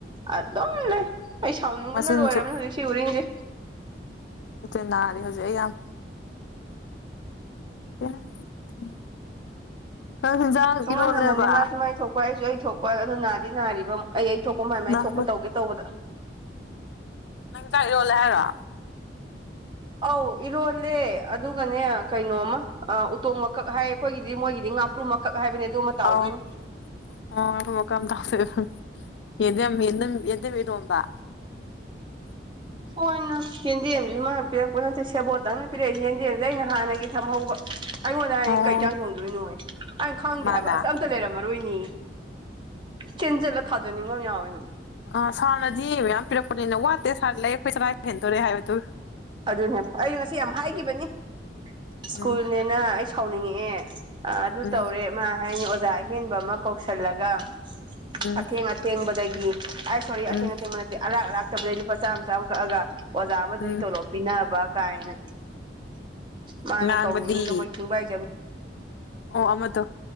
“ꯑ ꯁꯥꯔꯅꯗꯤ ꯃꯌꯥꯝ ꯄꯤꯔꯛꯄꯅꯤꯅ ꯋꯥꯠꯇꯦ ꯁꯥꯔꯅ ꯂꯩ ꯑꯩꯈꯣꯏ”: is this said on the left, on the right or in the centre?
Left